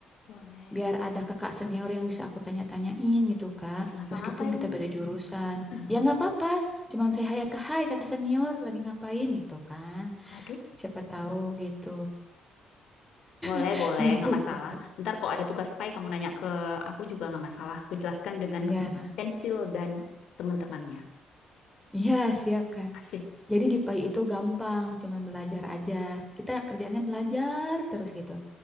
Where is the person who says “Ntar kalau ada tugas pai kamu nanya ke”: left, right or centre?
Left